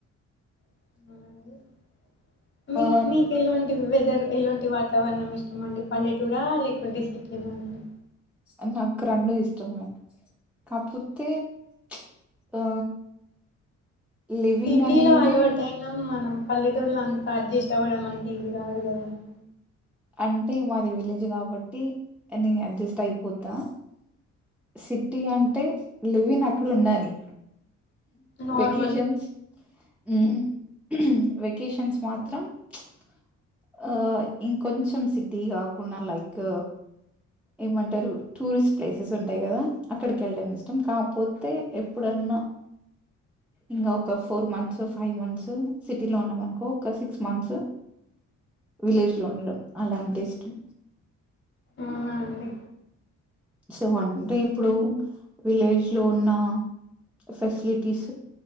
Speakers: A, on the left (about 35°); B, in the centre.
A: <unintelligible> మీక్
B: ఆ
A: మీకెల్ల వెదరు ఎలుంటి వాతావరణమిష్టమండి పల్లెటూరా లేకుంటె సిటీనా అండి.
B: అ నాక్ రెండూ ఇష్టమే కాక్పోతే ప్చ్. ఆ. లివింగ్
A: సిటీలో
B: అనేది
A: అల్వాటైనాం మనం. పల్లెటూర్లంత అడ్జస్టవ్వడం అంతీజీ గాదు గదండి.
B: అంటె మాది విలేజ్ కాబట్టి అనీ అడ్జస్టైపోతా. సిట్టీ అంటె లివినక్కడుండాలి.
A: నార్మల్
B: వెకేషన్స్ ఊమ్ వెకేషన్స్ మాత్రం ప్చ్ ఆ ఇంకొంచం సిటీ గాకుండా లైక్ ఏమంటరు టూరిస్ట్ ప్లేసెసుంటయ్ గదా అక్కడికెళ్డమిష్టం కాక్పోతే ఎప్పుడన్న ఇంగ ఒక ఫోర్ మంత్సు ఫైవ్ మంత్సు సిటీలో ఉన్నామన్కో ఒక సిక్స్ మంత్స్ విలేజ్లొ ఉండడం అలాంటెష్టం
A: ఔనా అండి.
B: సో అంటె ఇప్పుడు విలేజ్లొ ఉన్నా ఫెస్లిటీస్